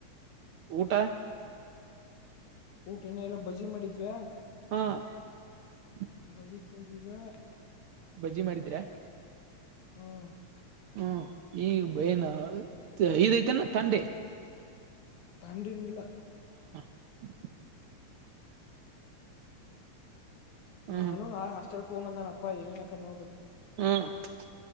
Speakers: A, on the right; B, on the left.
A: ಊಟ?
B: ಊಟನೆ ಇಲ್ಲ ಬಜ್ಜಿ ಮಾಡಿದ್ವ
A: ಹಾ. <inaudible>
B: ಬಜ್ಜಿ, ತಿಂಧುವೀವಗ. <inaudible>
A: ಬಜ್ಜಿ, ಮಾಡಿದ್ದೀರಾ,
B: ಹ್ಮ್
A: ಹೋ. <inaudible> ಈಗು, ಬೈನಾ, ಇದೈತಾನ, ತಂದೆ. <inaudible>
B: ತಂಡ್ಹುಯಿರುಇಲ್ಲಾ. <inaudible>
A: <inaudible> <unintelligible> ಹ್ಮ್
B: ನಾನು, ನಾ, ಹಾಸ್ಟೆಲೊಗನ್ನಪ್ಪ, ಏನುಎನೋಕಥೆ, ನೋಡ್ಬೇಕು. <inaudible>
A: ಹೂ. <unintelligible>